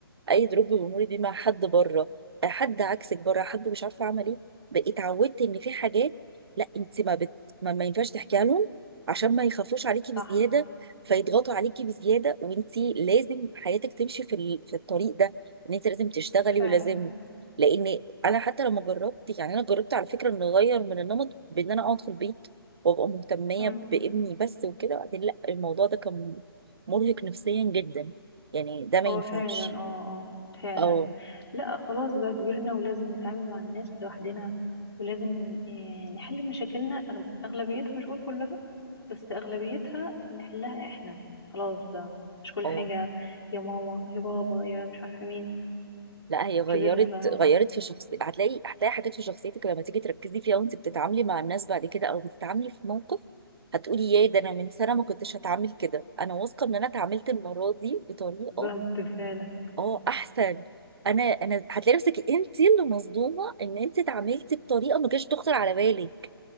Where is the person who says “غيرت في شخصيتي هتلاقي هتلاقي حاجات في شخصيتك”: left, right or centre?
Right